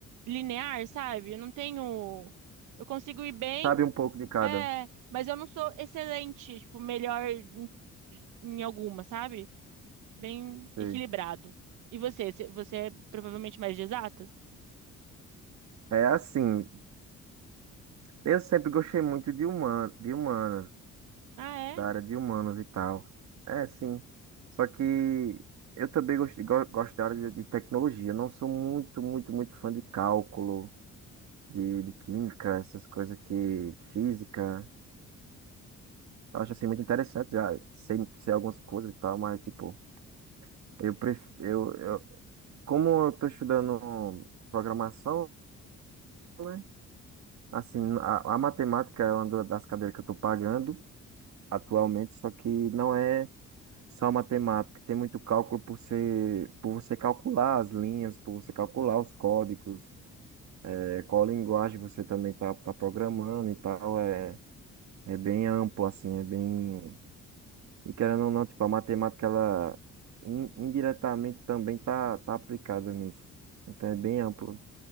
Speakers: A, on the right; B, on the right.
A: linear, sabe? Eu não tenho. Eu consigo ir bem,
B: Sabe um pouco de cada.
A: é, mas eu não sou excelente, tipo, melhor em, em alguma, sabe? Bem
B: Sei.
A: equilibrado. E você? Você você é provavelmente mais de exatas?
B: É assim, Eu sempre gostei muito de, human, de humanas,
A: Ah,
B: da
A: é?
B: área de humanas e tal. É, sim. Só que eu também gosto, go- gosto da área de, de tecnologia. Eu não sou muito, muito, muito fã de cálculo, de, de química, essas coisas que... Física. Eu acho, assim, muito interessante já. Sei, sei algumas coisas e tal, mas, tipo... Eu prefiro... Eu, eu, como eu tô estudando programação, né? Assim, a, a matemática é uma da- das cadeiras que eu tô pagando atualmente, só que não é... Só matemática, tem muito cálculo por ser, por você calcular as linhas, por você calcular os códigos, é, qual linguagem você também tá, tá programando e tal, é, é bem amplo, assim, é bem... E querendo ou não, tipo, a matemática, ela in- indiretamente também tá, tá aplicada nisso, então é bem amplo.